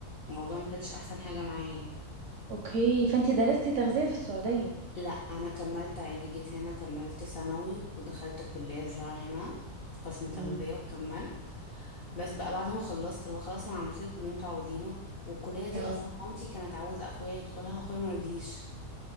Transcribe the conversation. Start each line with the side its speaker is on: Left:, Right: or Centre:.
Left: الموضوع ما كانش احسن حاجه معايا
Right: اوكي فانتي درستي تغذية في السعودية
Left: لا انا كملت عادي جيت هنا كملت ثانوي ودخلت كلية زراعة هنا قسم تغذية
Right: امم
Left: وكملت بس بقى بعد ما خلصت اللي هو خلاص انا عملت لكم اللي انتوا عاوزينه والكلية دي
Right: طب
Left: اصلا مامتي كانت عاوزة اخويا يدخلها واخويا مرضيش